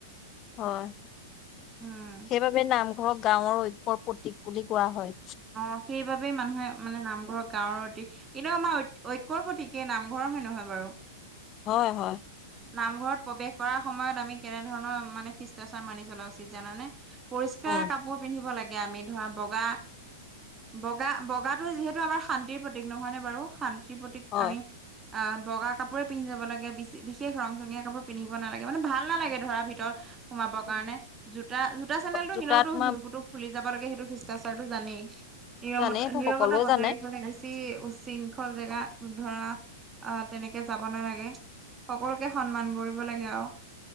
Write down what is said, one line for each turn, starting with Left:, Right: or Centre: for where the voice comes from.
Left: হয়
Right: উম
Left: সেইবাবে নামঘৰক গাওঁৰ। প্ৰতীক বুলি কোৱা হয়।
Right: অ', সেইবাবেই মানুহে মানে নামঘৰৰ গাওঁৰ অতি। কিন্তু আমাৰ ঐক ঐক্যৰ প্ৰতীক এই নামঘৰ হয়নে নহয় বাৰু?
Left: হয়, হয়।
Right: নামঘৰত প্ৰৱেশ কৰাৰ সময়ত আমি কেনেধৰণৰ মানে শিষ্টাচাৰ মানি চলা উচিত জানানে? পৰিষ্কাৰ
Left: উম,
Right: কাপোৰ পিন্ধিব লাগে আমি ধৰা বগা। বগা বগাটো যিহেতু আমাৰ শান্তিৰ প্ৰতীক নহয়নে বাৰু শান্তিৰ প্ৰতীক
Left: হয়।
Right: আমি। অঁ বগা কাপোৰে পিন্ধি যাব লাগে বিশে বিশেষ ৰং চঙীয়া কাপোৰ পিন্ধিব নালাগে মানে ভাল নালাগে ধৰা ভিত ভিতৰ সোমাব
Left: উম,
Right: কাৰণে জোতা জোতা চেন্দেলটো
Left: জোতা
Right: এনেও টো
Left: তোমাৰ
Right: সেইবোৰটো খুলি যাব লাগে সেইটো শিষ্টাচাৰটো জানেই। নীৰৱতা
Left: জানেইতো
Right: নীৰৱতা
Left: সকলোৱে
Right: বজাই
Left: জানে
Right: ৰাখিব বেছি উশৃংখল জেগা ধৰা অ তেনেকে যাব নালাগে। সকলোকে সন্মান কৰিব লাগে আৱ।